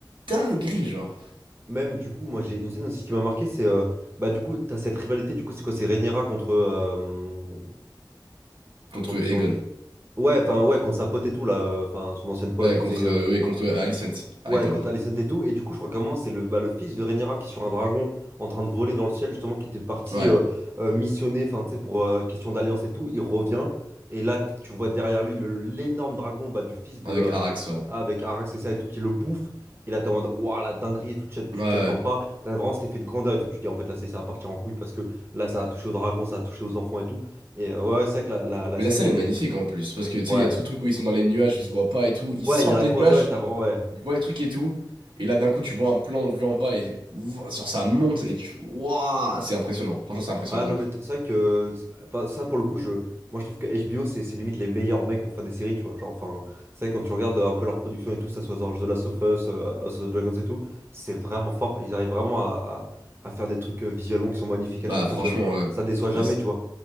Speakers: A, on the right; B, on the right.
A: dinguerie, genre.
B: Même du coup, moi j'ai une scène aussi qui m'a marqué, c'est, euh, bah du coup, t'as cette rivalité, du coup, c'est quoi, c'est Rhaenyra contre, euh,
A: Contre
B: contre
A: Egon.
B: son... Ouais, enfin, ouais, contre sa pote et tout, là, euh, enfin, son ancienne pote,
A: Ouais, contre,
B: tu sais, euh,
A: euh, oui, contre Alicent, Hightower.
B: ouais, contre Alicent et tout. Et du coup, je crois qu'à un moment, c'est le, bah, le fils de Rhaenyra qui est sur un dragon en train de voler dans le ciel, justement, qui était parti
A: Ouais,
B: euh, euh, missionner, enfin, tu sais, pour euh, question d'alliance et tout. Il revient, et là, t- tu vois derrière lui le- l'énorme dragon bah, du fils de.
A: avec
B: euh,
A: Arax. Ouais.
B: avec Arax et ça et tout, qui le bouffe. Et là, t'es en mode, waouh, la dinguerie et tout, tu tu
A: Ouais.
B: t'y attends pas. T'as vraiment cet effet de grandeur et tout. Tu te dis, en fait, là, c'est ça va partir en couille parce que là, ça a touché au dragon, ça a touché aux enfants et tout. Et euh, ouais, ouais, c'est vrai que la, la, la
A: Mais
B: série,
A: la scène
B: elle
A: est magnifique
B: est.
A: en plus, parce que tu sais,
B: Ouais.
A: il y a tout le truc où ils sont dans les nuages, ils se voient pas et tout. Ils
B: Ouais,
A: sortent
B: il y a la
A: des
B: course,
A: nuages,
B: ouais, t'as vraiment, ouais.
A: ils voient le truc et tout. Et là, d'un coup, tu vois un plan de vue en bas et ouah, sur ça monte et tu. Waouh! C'est impressionnant. Franchement, c'est impressionnant
B: Ah
A: de
B: non,
A: ouf.
B: mais t- c'est vrai que, c'est- enfin, ça pour le coup, je, moi je trouve que HBO, c'est c'est limite les meilleurs mecs pour faire des séries, tu vois. Genre, enfin, c'est vrai, quand tu regardes euh, un peu leur production et tout, ça soit genre The Last of Us, euh, House of the Dragons et tout, c'est vraiment fort. Ils arrivent vraiment à, à, à faire des trucs euh, visuellement qui sont magnifiques à
A: Bah,
B: chaque
A: franchement,
B: fois, tu vois.
A: ouais.
B: Ça déçoit jamais,
A: Ouais, c'est-
B: tu vois.